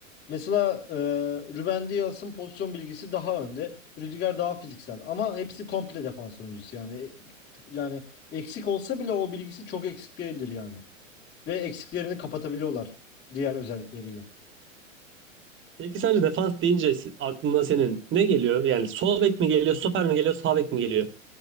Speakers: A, on the left (about 25°); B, on the right (about 30°).
A: Mesela e, Ruben Dias'ın pozisyon bilgisi daha önde. Rüdiger daha fiziksel ama hepsi komple defans oyuncusu yani. E, Yani eksik olsa bile o bilgisi çok eksik değildir yani. Ve eksiklerini kapatabiliyorlar diğer özellikleriyle.
B: Peki sence defans deyince si- aklına senin ne geliyor? Yani sol bek mi geliyor, stoper mi geliyor, sağ bek mi geliyor?